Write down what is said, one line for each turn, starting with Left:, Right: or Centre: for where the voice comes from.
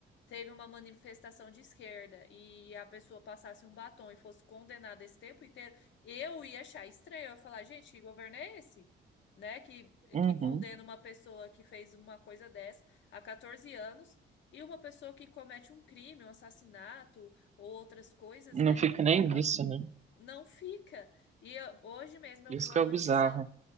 Left: teve uma manifestação de esquerda e a pessoa passasse um batom e fosse condenada esse tempo inteiro. Eu ia achar estranho, eu ia falar, gente, que governo é esse? Né? Que,
Right: uhum.
Left: que condena uma pessoa que fez uma coisa dessa a 14 anos e uma pessoa que comete um crime, um assassinato ou outras coisas,
Right: Não
Left: né?
Right: fica nem
Left: a-
Right: nisso, né?
Left: Não fica. E eu- hoje mesmo
Right: Isso
Left: eu vi uma
Right: que é
Left: notícia,
Right: o bizarro.